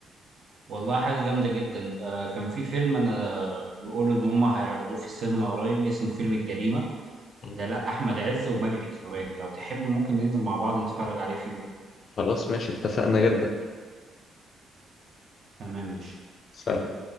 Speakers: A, on the right (about 50°); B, on the left (about 55°).
A: والله حاجه جامده جدا آه كان في فيلم انا بيقولوا ان هم هيعرضوه في السينما قريب اسمه فيلم الجريمه
B: يعني
A: ده لا احمد عز وماجد الكدواني لو تحب ممكن ننزل مع بعض نتفرج عليه في يوم
B: خلاص ماشي اتفقنا جدا
A: تمام ماشي
B: سلام